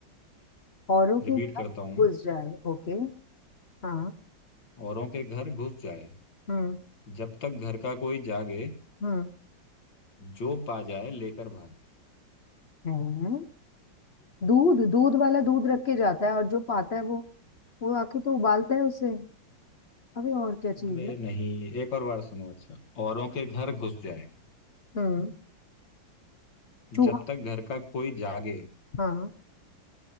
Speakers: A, on the left; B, on the left.
A: औरों
B: रिपीट
A: के घर
B: करता हूँ
A: घुस जाए ओके हाँ
B: औरों के घर घुस जाए
A: हम्म
B: जब तक घर का कोई जागे
A: हम्म
B: जो पा जाए लेकर भागे
A: है दूध दूध वाला दूध रख के जाता है और जो पाता है वो वो आके तो उबालता है उसे अबे और क्या चीज
B: अरे
A: है
B: नहीं एक और बार सुनो अच्छा औरों के घर घुस जाए
A: हम्म चूहा
B: जब तक घर का कोई जागे
A: हाँ